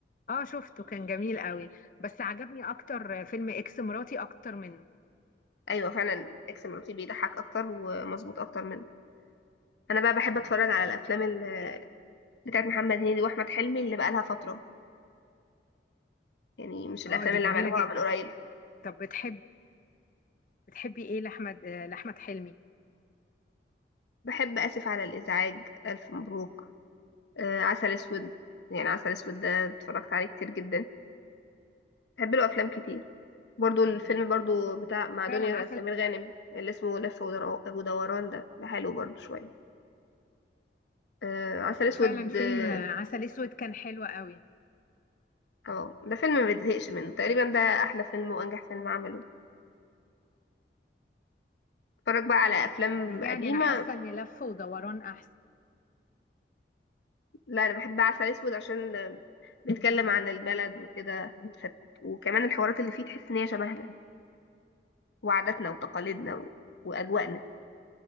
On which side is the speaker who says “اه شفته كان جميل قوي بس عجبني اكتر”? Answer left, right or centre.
Left